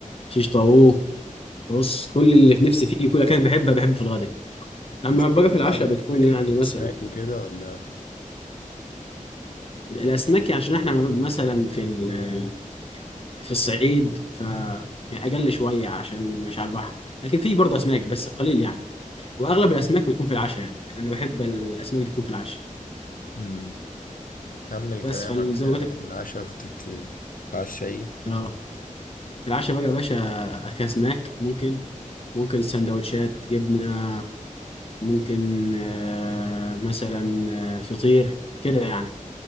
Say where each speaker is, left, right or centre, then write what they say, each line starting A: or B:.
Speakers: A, on the left; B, on the left.
A: شيش طاووق بص كل اللي في نفسي فيه كل اكلات بحبها بحب في الغداء اما
B: مش
A: باجي
B: مشهورة
A: في العشاء
B: عندكم
A: بتكون
B: فكرة
A: يعني
B: الأسماك
A: مثلا
B: وكده ولا
A: الاسماك يعني عشان احنا م- مثلا في ال- في الصعيد ف يعني اقل شويه عشان مش على البحر لكن في برضه اسماك بس قليل يعني واغلب الاسماك بتكون في العشاء يعني يعني انا بحب الاسماك اللي تكون في العشاء
B: مم. كمل
A: بس
B: كلامك
A: فزي
B: آه،
A: ما قلت لك
B: من العشاء كنت بت- بتتعشى ايه
A: اه في العشاء بقى يا باشا اكل اسماك ممكن ممكن سندوتشات جبنه ممكن آه مثلا آه، فطير كده يعني